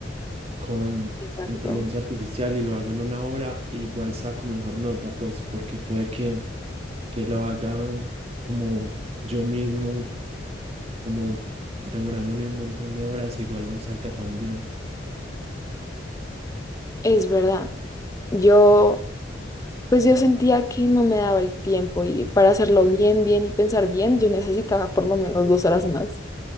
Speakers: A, on the right; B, on the left.
A: con
B: Exacto.
A: inteligencia artificial y lo hago en una hora e igual saco mejor nota? Pues porque puede que, que lo haga como yo mismo, como demorándome un montón de horas, igual no salga tan bien.
B: Es verdad. Yo pues yo sentía que no me daba el tiempo y para hacerlo bien, bien y pensar bien, yo necesitaba por lo menos dos horas más.